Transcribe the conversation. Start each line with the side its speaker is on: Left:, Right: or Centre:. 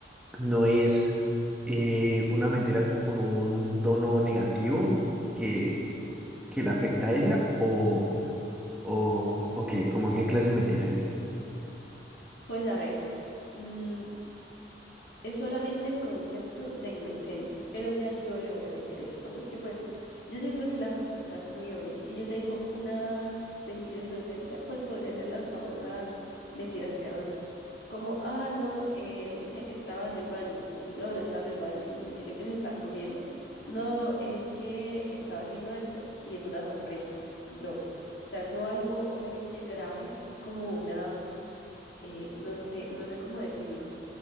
Centre: no es eh, una mentira como con un tono negativo que, que la afecta a ella o, o, o qué, como qué clase de mentira es.
Left: Pues a ver, mm, Es solamente el concepto de inocente, pero ya yo le voy a meter esto porque pues yo siento que la respuesta es muy obvia. Si yo te digo una mentira inocente, pues podría ser las famosas mentiras piadosas, como, ah, no, eh, no sé, estaba en el baño y no, no estaba en el baño, sino que yo que se estaba comiendo. No, es que estaba haciendo esto y es una sorpresa. No, o sea, no algo obviamente grave como una, eh, no sé, no sé cómo decirlo